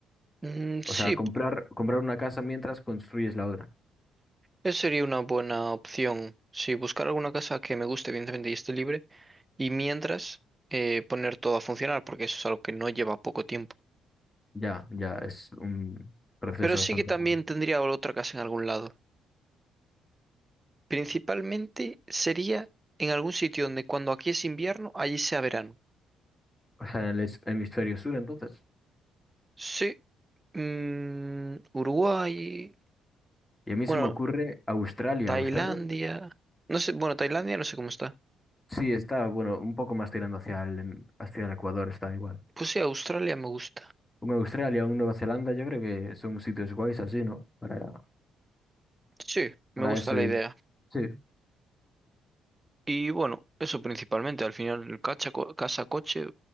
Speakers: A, on the right; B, on the left.
A: Mm,
B: O
A: sí,
B: sea, comprar, comprar una casa mientras construyes la otra.
A: esa sería una buena opción. Sí, buscar alguna casa que me guste, evidentemente, y esté libre. Y mientras, eh, poner todo a funcionar, porque eso es algo que no lleva poco tiempo.
B: Ya, ya es un proceso
A: Pero
B: bastante
A: sí que también
B: largo.
A: tendría otra casa en algún lado. Principalmente sería en algún sitio donde cuando aquí es invierno, allí sea verano.
B: O sea, en el es- hemisferio sur, entonces.
A: Sí, mm, Uruguay.
B: Y a mí
A: Bueno.
B: se me ocurre Australia.
A: Tailandia.
B: Australia.
A: No sé, bueno, Tailandia no sé cómo está.
B: Sí, está, bueno, un poco más tirando hacia el, em, hacia el Ecuador, está igual.
A: Pues sí, Australia me gusta.
B: Un Australia, un Nueva Zelanda, yo creo que son sitios guays así, ¿no? Para,
A: Sí,
B: para
A: me gusta
B: ese,
A: la idea.
B: sí,
A: Y bueno, eso principalmente. Al final, el cacha, co- casa, coche,